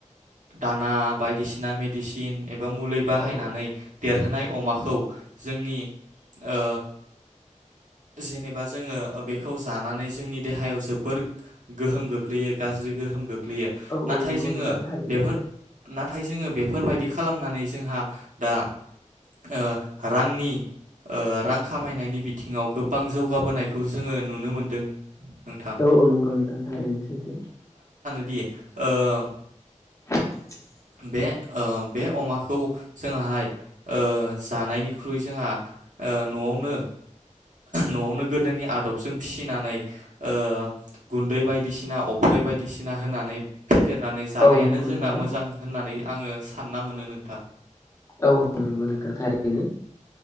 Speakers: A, on the right; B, on the left.
A: दाना बायदिसिना मेडिसिन एबा मुलै बाहायनानै
B: औ
A: देरहोनाय अमाखौ जोंनि ओ जेनेबा जोङो बेखौ जानानै जोंनि देहायाव जोबोर गोहोम गोग्लैयो गाज्रि गोहोम गोग ग्लैयो
B: औ
A: नाथाय
B: औ नंगौ
A: जोङो
B: नोंथां थारैनो
A: बेफोर नाथाय जोङो बेफोरबायदि खालामनानै जोंहा दा ओ रांनि ओ रां खामायनायनि बिथिङाव गोबां जौगा बोनायखौ जोङो नुनो मोनदों। नोंथां
B: औ औ नोंगौ नोंथां थारैनो सैथो
A: दि ओ
B: <unintelligible>
A: बे ओ बे अमाखौ जोंहाय ओ जानायनिख्रुइ जोंहा ओ नआवनो नआवनो गोदोनि आदबजों फिसिनानै ओ गुन्दै बायदिसिना अफ्रै बायदिसिना होनानै फेदेरनानै जानायानो
B: औ नंगौ
A: जोंना
B: नोंथां
A: मोजां होननानै आङो सानना मोनो नोंथां
B: औ नंगौ नोंथां थारैनो।